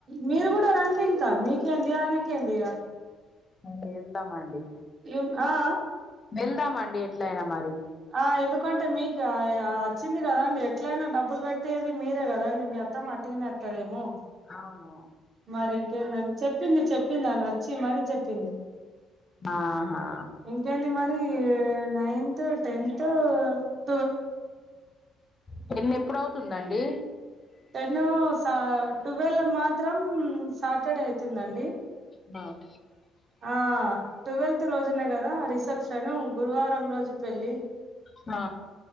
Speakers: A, on the right (about 50°); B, on the left (about 30°).
A: మీరు కూడా రండి ఇంకా మీకేందిఆయనకేంది ఇగ
B: ఇంగ వెళ్దా మండి
A: ఎం ఆ ఆ
B: బెళ్దామ్ అండీ ఎట్లా అయినా మరి
A: ఆ ఎందుకంటే మీకు అ అచ్చింది కదా అండీ ఎట్లైనా డబ్బులు పెట్టేది మీరే కదా అండీ మీ అత్తమ్మ ట్టిగనే అత్తదేమో
B: అవును
A: మరి ఇంకేంది అండీ చెప్పింది చెప్పింది ఆమె అచ్చి మరి చెప్పింది
B: ఆహా
A: కేంది మరి నైన్త్ టెన్త్ ఉ
B: టెన్నేప్పుడు అవుతుంది అండీ
A: టెన్ సా ట్వెల్వ్ మాత్రం సాటర్డే అయితుంది అండీ
B: బావ్
A: ఆ ట్వెల్త్ రోజునే గదా రిసెప్షను గురువారం రోజు పెళ్ళి
B: హ